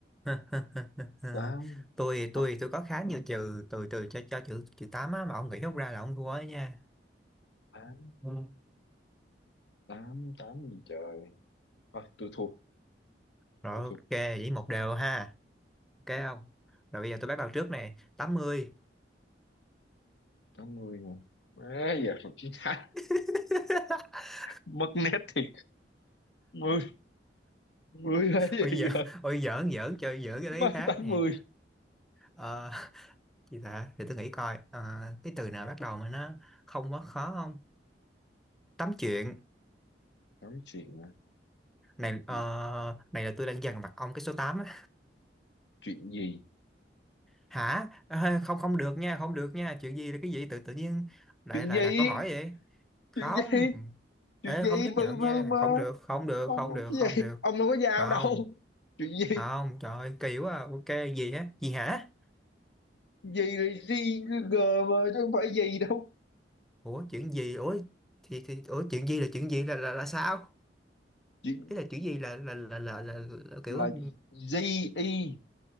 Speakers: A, in the centre; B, on the left.
A: <laughs>
B: tám
A: tôi
B: Ờ,
A: tôi tôi có khá nhiều trừ từ từ cho cho chữ chữ tám á mà ông nghĩ không ra là ông thua ấy nha
B: tám
A: Ừ.
B: tám tám gì trời thôi tôi thua
A: rồi
B: tôi thua
A: ok vậy một đều ha ok không rồi bây giờ tôi bắt đầu trước nè tám mươi
B: tám mươi mà má giờ còn chín tám
A: <laughs>
B: mất nét thì mười mười là cái
A: ôi
B: gì
A: giỡn
B: vậy
A: ôi giỡn giỡn chơi giỡn cái
B: <laughs>
A: đấy khác
B: tám
A: nè
B: mươi
A: Ờ, gì ta để tôi nghĩ coi Ờ, cái từ nào bắt đầu mà nó không quá khó không tám chuyện
B: tám chuyện à?
A: này
B: chuyện
A: ờ, này là tôi đang dằn mặt ông cái số 8 á
B: chuyện gì
A: hả Ờ, không không được nha không được nha chuyện gì là cái gì tự tự nhiên lại
B: chuyện
A: lại
B: gì
A: đặt câu hỏi vậy không
B: chuyện gì
A: ê
B: chuyện gì
A: không chấp
B: mơ
A: nhận
B: mơ
A: nha
B: mơ
A: không được không được không được
B: cái
A: không
B: gì
A: được
B: ông đâu có dao
A: không
B: đâu chuyện gì
A: không trời ơi, kỳ quá à. ok gì á gì hả
B: gì là gì g mà chứ không phải gì đâu
A: ủa chuyện gì ủa thì thì ủa chuyện gì là chuyện gì là là, là sao
B: chuyện
A: thế là chuyện gì là là là là, là, là kiểu
B: là gì y